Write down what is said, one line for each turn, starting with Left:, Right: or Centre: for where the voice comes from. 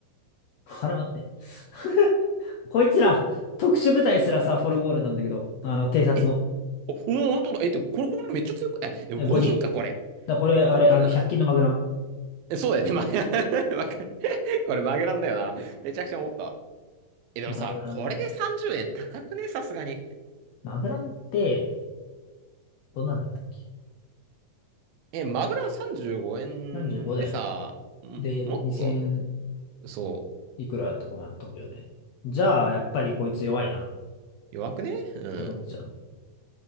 Left: あれ待って。<laughs> こいつら、特殊部隊すらさ、フォルゴールなんだけど、あの、偵察の
Right: えお、おー本当だ。え、って、これ、これめっちゃ強く、え、でも5人か、
Left: 5人。
Right: これ。
Left: だ、これ、
Right: 5人なな、
Left: あれ、あの、100均のマグラン。
Right: え、そうだよね。ま、<laughs> わかこれマグランだよな。めちゃくちゃ思ったわ。え、でもさ、
Left: マグランだね。
Right: これで30円高くねさすがに。
Left: マグランって、どんなんだったっけ
Right: え、マグラン35円でさ、
Left: 十五だよな。
Right: も、
Left: で、
Right: もっと、
Left: 2000
Right: そう、
Left: いくらとかまで飛ぶよね。じゃあ、やっぱりこいつ弱いな、
Right: 弱くねうん。
Left: と思っちゃうの。